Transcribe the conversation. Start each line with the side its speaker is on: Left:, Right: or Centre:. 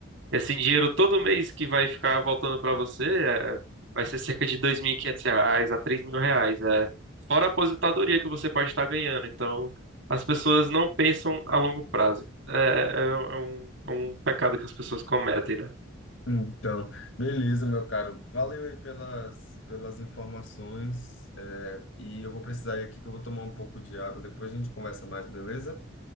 Right: esse dinheiro todo mês que vai ficar voltando para você é, vai ser cerca de 2.500 reais a três mil reais. É, fora a aposentadoria que você pode estar ganhando. Então, as pessoas não pensam a longo prazo. É, é é um, é um pecado que as pessoas cometem, né?
Left: Então, beleza, meu caro. Valeu aí pelas, pelas informações. é, e eu vou precisar ir aqui que eu vou tomar um pouco de água. Depois a gente conversa mais, beleza?